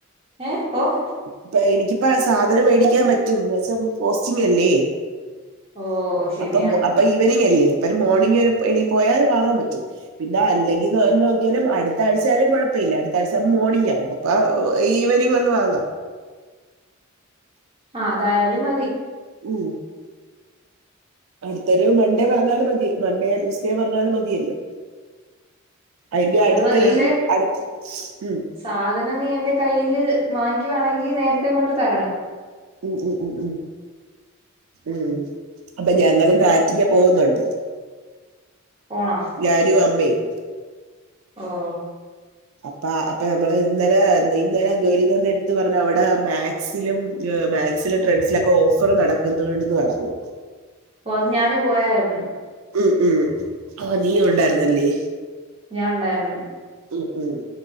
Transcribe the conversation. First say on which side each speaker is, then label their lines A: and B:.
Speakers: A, on the right; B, on the right.
A: ഏഹ് ഓഹ്
B: ഇപ്പ എനിക്കിപ്പ സാധനം വേടിക്കാൻ പറ്റും ന്നുവെച്ചാ <unintelligible> പോസ്റ്റിംഗ് അല്ലേ.
A: ഓ ശരിയാണ്
B: അപ്പം അപ്പ ഈവനിങ് അല്ലേ പ്പൊ മോർണിംഗ് എനി പോയാ വാങ്ങാൻ പറ്റും. പിന്നെ അല്ലെങ്കി നോ നോക്കിയാലും അടുത്താഴ്ചയാലും കൊഴപ്പല്ല്യ അടുത്ത ആഴ്ച മോർണിംഗ് ആകുമ്പൊ. <unintelligible> ഈവനിംഗ് വന്ന് വാങ്ങ.
A: ആഹ് അതായാലും മതി.
B: ഉം അടുത്തൊരു മൺഡേ പറഞ്ഞാലും മതി മണ്ടേയാ ട്യൂസ്ഡേ പറഞ്ഞാലും മതിയല്ലോ. അതിന്റെയടുത്ത
A: അത് മതി
B: യിം
A: പക്ഷെ
B: അടുത്ത ഉം
A: സാധനം നീ എന്റെ കയ്യില് വാങ്ങിക്കുവാണെങ്കി നേരത്തെ കൊണ്ട് തരണം.
B: ഉം ഉം ഉം ഉം ഉംമ് അപ്പൊ ഞങ്ങള്ന്ന് ആറ്റിങ്ങ പോകുന്നുണ്ട്.
A: പോണ?
B: ഞാനും അമ്മേം.
A: ഓഹ്
B: അപ്പാ അപ്പ നമ്മള് ഇന്നലെ ഇന്ന് ഇന്നലെ ജോലിക്ക് പോകാൻ നേരത്ത് പറഞ്ഞ അവിടെ മാ ക്സിലും ഏ മാക്സിലും ട്രെൻസിലൊക്കെ ഓഫർ നടക്കുന്നുണ്ട്ന്ന് പറഞ്ഞു.
A: ഓഹ് അത് ഞാനും പോയായ്രുന്നു.
B: ഉം ഉം ഓ നീയുണ്ടായിരുന്നല്ലേ
A: ഞാൻണ്ടായിരുന്നു.
B: ഉം ഉം